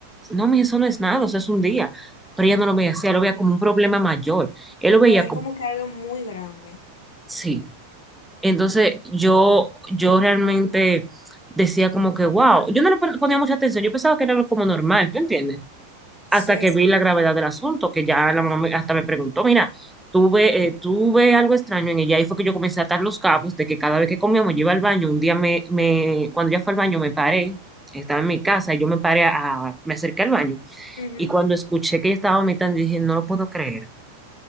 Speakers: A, in the centre; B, on the left.
A: No, mi, eso no es nada, eso es un día. Pero ella no lo veía así, ella lo veía como un problema mayor. Él lo
B: lo
A: veía
B: ven
A: como,
B: como que algo muy grande.
A: sí. Entonces yo, yo realmente decía como que, wow, yo no le pon- ponía mucha atención, yo pensaba que era algo como normal, ¿tú entiendes?
B: Sí,
A: hasta que vi la gravedad del asunto, que ya la mamá me- hasta me preguntó, mira, tuve, eh, tuve algo extraño en ella, y fue que yo comencé a atar los cabos de que cada vez que comíamos yo iba al baño, un día me, me, cuando ya fue al baño me paré, estaba en mi casa, y yo me paré a, me acerqué al baño,
B: ujú.
A: y cuando escuché que ella estaba vomitando, dije, no lo puedo creer.